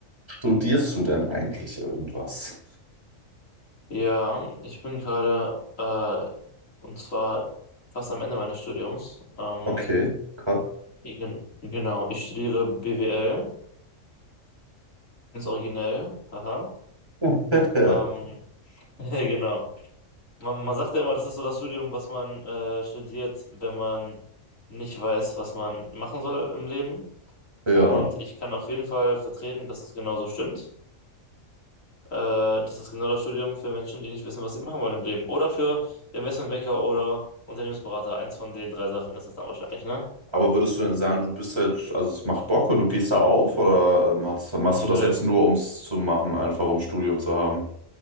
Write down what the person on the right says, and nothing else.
Studierst du denn eigentlich irgendwas?
Okay, krass.
<laughs>
Ja,
aber würdest du denn sagen, du bist halt, also es macht Bock und du gehst da auf oder ähm, hast, machst du das
jetzt nur, um es zu machen, einfach um Studium zu haben?